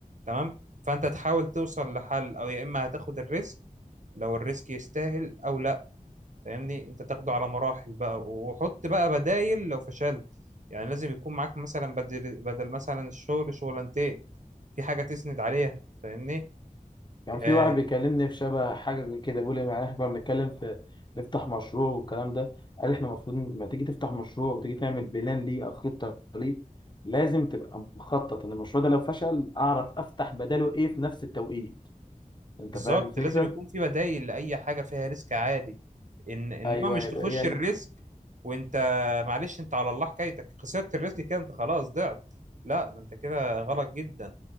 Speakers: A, on the right; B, on the left.
A: تمام فانت تحاول توصل لحل او يا اما هتاخد الريسك لو الريسك يستاهل او لا فاهمني انت تاخده على مراحل بقى وحط بقى بدايل لو فشلت يعني لازم يكون معاك مثلا بدل بدل مثلا الشغل شغلانتين في حاجة تسند عليها فاهمني
B: كان في
A: آه
B: واحد بيكلمني في شبه حاجة زي كده بيقول لي يعني احنا كنا بنتكلم في نفتح مشروع والكلام ده قال احنا المفروض لما تيجي تفتح مشروع وتيجي تعمل بلان ليه أو خطة ليه لازم تبقى مخطط إن المشروع ده لو فشل أعرف أفتح بداله إيه في نفس التوقيت أنت
A: بالظبط
B: فاهم الفكرة؟
A: لازم يكون في بدايل لأي حاجة فيها ريسك عالي إن إنما
B: أيوه
A: مش
B: يبقى
A: تخش
B: يعني
A: الريسك وأنت معلش أنت على الله حكايتك خسرت الريسك كده أنت خلاص ضعت لا ده أنت كده غلط جدا